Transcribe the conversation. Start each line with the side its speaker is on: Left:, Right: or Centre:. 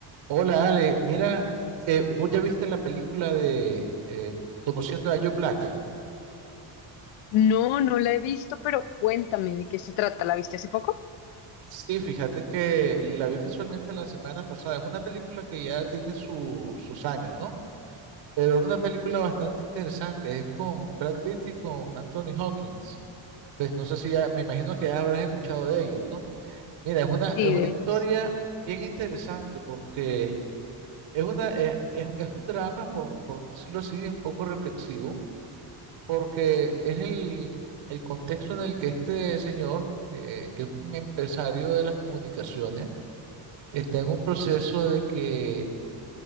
Right: Hola Ale, mira, eh, vos ya viste la película de eh, Conociendo a Joe Black.
Left: No, no la he visto, pero cuéntame de qué se trata. ¿La viste hace poco?
Right: Sí, fíjate que la vi casualmente la semana pasada. Es una película que ya tiene su- sus años, ¿no? Pero es una película bastante interesante. Es con Brad Pitt y con Anthony Hawkins. Pues no sé si ya, me imagino que ya habrás escuchado de ellos, ¿no? Mira, es una,
Left: Sí,
Right: es una
Left: de
Right: historia
Left: ellos sí.
Right: bien interesante porque es una, eh, es, es un drama, por, por decirlo así, un poco reflexivo porque es el, el contexto en el que este señor, eh, que es un empresario de las comunicaciones, está en un proceso de que